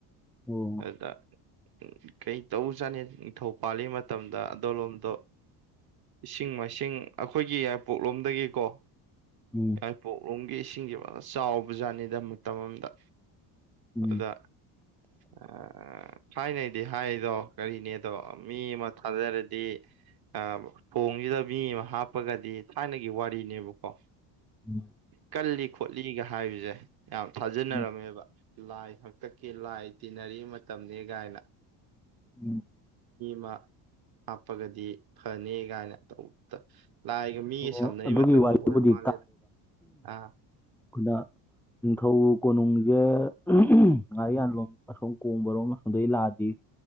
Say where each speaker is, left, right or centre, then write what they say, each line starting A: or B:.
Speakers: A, in the centre; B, on the right.
A: ꯑꯣ
B: ꯑꯗ ꯎ ꯀꯩ ꯇꯧ ꯆꯥꯅꯤ ꯅꯤꯡꯊꯧ ꯄꯥꯜꯂꯤ ꯃꯇꯝꯗ ꯑꯗꯣꯂꯣꯝꯗꯣ ꯏꯁꯤꯡ ꯃꯥꯏꯁꯤꯡ ꯑꯩꯈꯣꯏꯒꯤ ꯌꯥꯏꯄꯣꯛꯂꯣꯝꯗꯒꯤꯀꯣ
A: ꯎꯝ
B: ꯌꯥꯏꯄꯣꯛꯂꯣꯝꯒꯤ ꯏꯁꯤꯡꯖꯦ ꯐꯖꯟ ꯆꯥꯎꯕ ꯖꯥꯠꯅꯤꯗ ꯃꯇꯝ ꯑꯃꯗ
A: ꯎꯝ
B: ꯑꯗꯨꯗ ꯑ ꯍꯥꯏꯅꯩꯗꯤ ꯍꯥꯏꯗꯣ ꯀꯔꯤꯅꯦꯗꯣ ꯃꯤ ꯑꯃ ꯊꯥꯖꯔꯗꯤ ꯑ ꯊꯣꯡꯁꯤꯗ ꯃꯤ ꯑꯃ ꯍꯥꯞꯄꯒꯗꯤ ꯊꯥꯏꯅꯒꯤ ꯋꯥꯔꯤꯅꯦꯕꯀꯣ
A: ꯎꯝ
B: ꯀꯜꯂꯤ ꯈꯣꯠꯂꯤꯒ ꯍꯥꯏꯕꯁꯦ ꯌꯥꯝ ꯊꯥꯖꯅꯔꯝꯃꯦꯕ
A: ꯎꯝ
B: ꯂꯥꯏ ꯍꯥꯛꯇꯛꯀꯤ ꯂꯥꯏ ꯇꯤꯟꯅꯔꯤ ꯃꯇꯝꯅꯦ ꯀꯥꯏꯅ
A: ꯎꯝ
B: ꯃꯥ ꯍꯥꯞꯄꯒꯗꯤ ꯐꯅꯤ ꯀꯥꯏꯅ ꯇꯧꯇ ꯂꯥꯏꯒ ꯃꯤꯒ
A: ꯑꯣ
B: ꯁꯝꯅꯩ
A: ꯑꯗꯨꯒꯤ
B: ꯃꯇꯝꯗꯣ
A: ꯋꯥꯔꯤꯕꯨꯗꯤ
B: ꯑꯣꯏꯔ ꯃꯥꯜꯂꯦꯗ ꯑ
A: ꯈꯨꯟꯗ ꯅꯤꯡꯊꯧ ꯀꯣꯅꯨꯡꯖꯧ ꯉꯥꯔꯤꯌꯥꯟꯂꯣꯝ ꯑꯁꯣꯝ ꯀꯣꯡꯕꯔꯣꯝ ꯑꯁꯣꯝꯗꯒꯤ ꯂꯥꯛꯑ